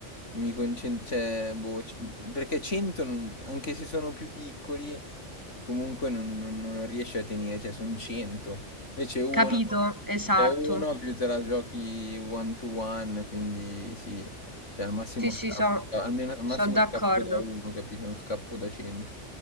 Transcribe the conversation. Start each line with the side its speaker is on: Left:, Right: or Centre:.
Left: mi concentro, cioè, boh, c- perché 100, non- anche se sono più piccoli, comunque non, non, non riesci a tenere, cioè sono 100. Invece uno,
Right: Capito? Esatto.
Left: è uno più te la giochi one to one, quindi sì, cioè al massimo
Right: Sì,
Left: scappo,
Right: sì, so,
Left: almeno al massimo
Right: sono d'accordo.
Left: scappo da uno, capito? Non scappo da 100.